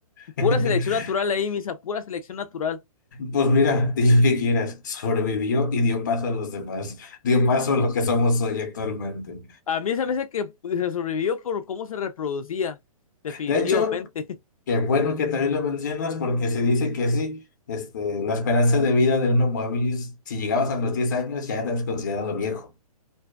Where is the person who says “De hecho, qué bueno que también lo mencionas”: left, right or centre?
Left